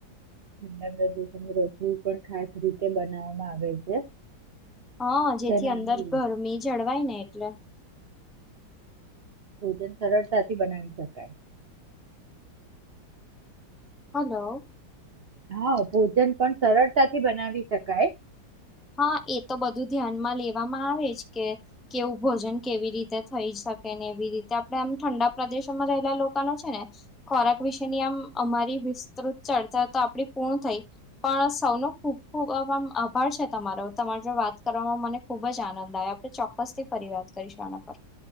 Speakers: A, on the right; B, in the centre.
A: ઠંડા દુઘ રસોડું પણ ખાસ રીતે બનાવામાં આવે છે
B: હા જેથી
A: તેના
B: અંદર
A: અનુરૂપ
B: ગરમી જળવાય ને એટલે
A: ભોજન સરળતાથી બનાવી શકાય.
B: હલો!
A: હા ભોજન પણ સરળતાથી બનાવી શકાય.
B: હા એ તો બધું ધ્યાનમાં લેવામાં આવે જ કે કેવું ભોજન કેવી રીતે થઈ જ સકે ને એવી રીતે આપણે આમ ઠંડા પ્રદેશોમાં રહેલા લોકોનો છે ને ખોરાક વિશેની આમ અમારી વિસ્તૃત ચર્ચા તો આપ પૂર્ણ થઈ પણ સૌનો ખૂબ ખૂબમ આભાર છે તમારો તમારે જો વાત કરવામાં મને ખુબ જ આનંદ આવે આપણે ચોક્કસથી ફરી વાત કરીશું આના પર. <inaudible>